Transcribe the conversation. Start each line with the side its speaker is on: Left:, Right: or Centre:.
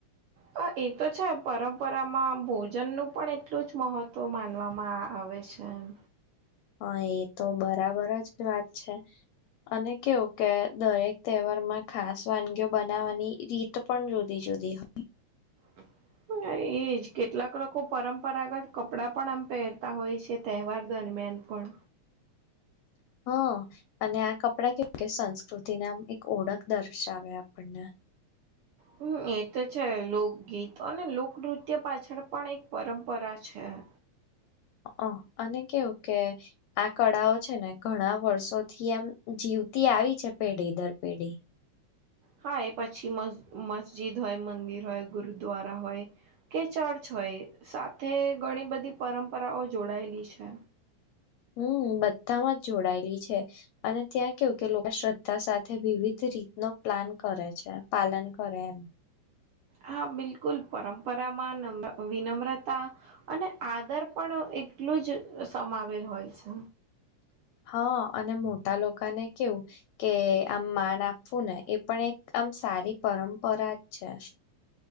Right: હા એ તો છે. પરંપરામાં ભોજન નું પણ એટલું જ મહત્વ માનવામાં આવ આવે છે આમ.
Left: હા એ તો બરાબર જ વાત છે. અને કેવું કે દરેક તહેવારમાં ખાસ વાનગીઓ બનાવવાની રીત પણ જુદી છ બધી હોઈ
Right: હ હને એજ કેટલાક લોકો પરંપરાગત કપડાં પણ આમ પહેરતા હોય છે તહેવાર દરમિયાન. એલપણ.
Left: અ અને આ કપડા કેવું કે સંસ્કૃતિને આમ એક ઓળખ દર્શાવે આપણને.
Right: હમ્મ એ તો છે. લોકગીત અને લોકનૃત્ય પાછળ પણ એક પરંપરા છે. હ <unintelligible>
Left: અહ અને કેવું કે, આ કળાઓ છે ને ઘણા વર્ષો થી આમ જીવ તી આવી છે પેઢી દર પેઢી.
Right: હા એ પછી મસ મસ્જિદ હોય, મંદિર હોય, ગુરુદ્વારા હોય, કે ચર્ચ હોય હોય સાથે ઘણી બધી પરંપરાઓ જોડાયેલી છે.
Left: હમ્મ બધામાં જ જોડાયેલી છે. અને ત્યાં કેવું કે લોકો શ્રદ્ધ ધા સાથે વિવિધ રીત નો પ્લાન કરે છે. પાલન કરે એમ
Right: હા બિલકુલ પરંપરામાં નમ વિનમ્રતા અને આદર પણ એટલું જ સમાવેલ હોય છે.
Left: હા. અને મોટા લોકોને કેવું, કે આમ માન આપવું ને એ પણ એક આ આમ સારી પરંપરા જ છે.